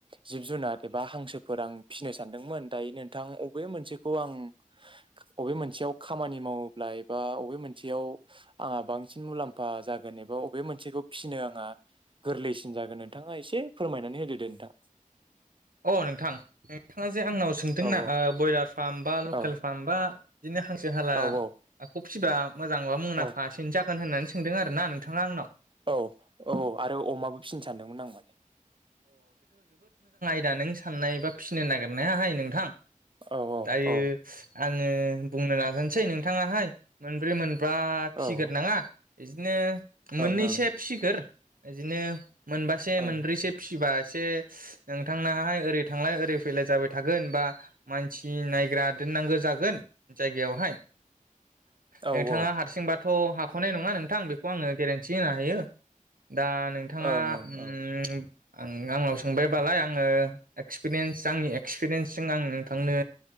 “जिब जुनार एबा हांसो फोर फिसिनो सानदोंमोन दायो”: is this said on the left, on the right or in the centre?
Right